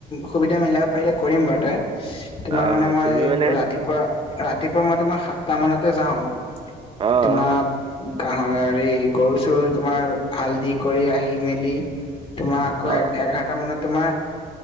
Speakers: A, on the left; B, on the right.
A: সুবিধা মিলাব পাৰিলে, কৰিম বাৰু তে। তোমাৰ
B: অ',
A: মানে মই
B: তুমি মানে
A: ৰাতিপুৱা ৰাতিপুৱা মই তোমাৰ সাতটা মানতে যাওঁ,
B: অহ
A: তোমাৰ কহা, হেৰি গৰু-চৰু তোমাৰ হাল দি কৰি আহি মেলি তোমাৰ আকৌ
B: অ
A: এঘাৰটা মানে তোমাৰ